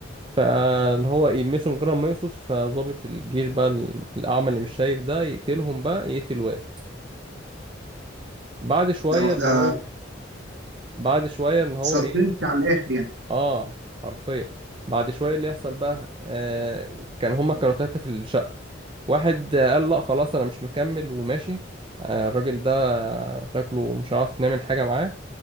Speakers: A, on the right; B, on the right.
A: فاللي هو يلمسه من غير ما يقصد فضابط الجيش بقى ال- الأعمى اللي مش شايف ده يقتلهم بقى يقتل واحد بعد شوية
B: آه،
A: اللي
B: ده
A: هو بعد شوية ان هو
B: سسبنس
A: ايه
B: على الاخر يعني
A: اه حرفيا بعد شوية اللي يحصل بقى آه كان هما كانوا تلاتة في الشقة واحد آه، قال لا خلاص انا مش مكمل وماشي آه الراجل ده شكله مش عارف نعمل حاجة معاه